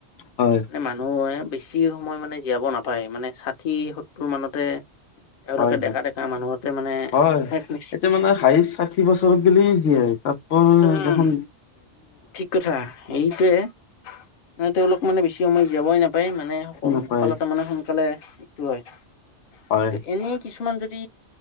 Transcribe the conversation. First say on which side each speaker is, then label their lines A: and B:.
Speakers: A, on the left; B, on the left.
A: হয়।
B: মানে মানুহে বেছি সময় মানে জীয়াব নাপায় মানে ষাঠি সত্তৰ মানতে। তেওঁলোকে
A: হয়
B: ডেকা
A: হয়
B: ডেকা মানুহতে মানে
A: হয়
B: শেষ নিশ্চয়
A: এতিয়া মানে সাই ষাঠি বছৰতৰত গলেই জীয়াই তাৰপ
B: উম
A: দেোন
B: ঠিক কথা হেৰিটয়ে ম তেওঁলোক মানে বেছি সময় যীয়াবই নাপ তাপায় মানে অকল
A: নাপায়
B: অকালতে মানে সোনকালেটো হয়
A: হয়।
B: কিন্তু এনে কিছুমান যদি